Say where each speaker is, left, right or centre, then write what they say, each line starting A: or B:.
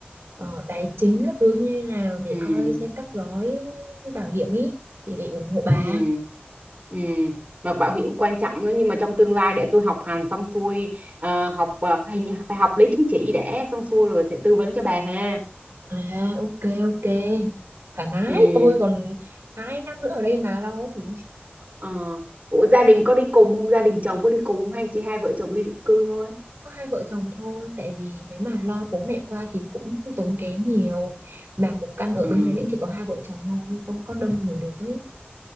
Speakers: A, on the right; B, on the right.
A: ờ, tài chính các thứ như thế nào để
B: ừ
A: coi xem các gói bảo hiểm ý thì để ủng hộ bà
B: ừ ừ mà bảo hiểm quan trọng nữa nhưng mà trong tương lai để tôi học hành xong xuôi ờ, học ờ, hình như phải học lấy chứng chỉ để xong xuôi rồi sẽ tư vấn cho bà ha
A: à ok ok thoải mái
B: ừ
A: tôi còn hai năm nữa ở đây mà lo thì
B: ờ Ủa gia đình có đi cùng không? Gia đình chồng có đi cùng không? Hay chỉ hai vợ chồng đi định cư thôi?
A: có hai vợ chồng thôi tại vì nếu mà lo bố mẹ qua thì cũng tốn kém nhiều mà một căn ở
B: ừ
A: bên đấy cũng chỉ có hai vợ chồng thôi không có đông người được ấy